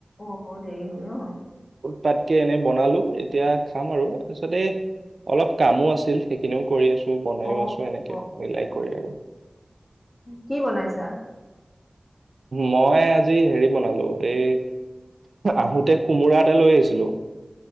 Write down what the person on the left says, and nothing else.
অ', অ', দেৰি হ'ল ন?
অ
অ
কি বনাইছা?